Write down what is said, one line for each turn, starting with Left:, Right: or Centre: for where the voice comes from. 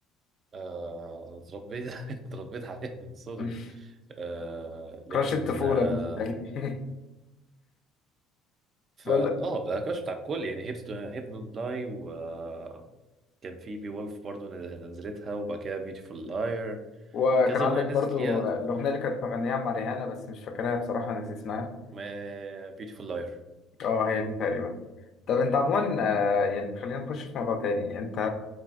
Right: آه انا اتربيت <laughs> اتربيت عليها من صغري
Left: <laughs>
Right: آه لان
Left: كراش الطفوله
Right: آه
Left: دي، فاهم؟
Right: فا
Left: <laughs> بقول
Right: اه ده كراش بتاع الكل يعني هيبس هيب دونت لاي و آه، كان في بي وولف برضه نزلتها وبعد كده بيوتيفول لاير
Left: وكان
Right: كذا
Left: عندك
Right: اغنيه نزلت
Left: برضو
Right: ليها
Left: آه،
Right: تحفه
Left: الاغنيه اللي كانت مغنيها مع ريهانه بس مش فاكرها بصراحه ناسي اسمها
Right: ما بيوتيفول لاير
Left: اه هي دي تقريبا طب انت عموما
Right: مم.
Left: آه، يعني خلينا نخش في موضوع تاني انت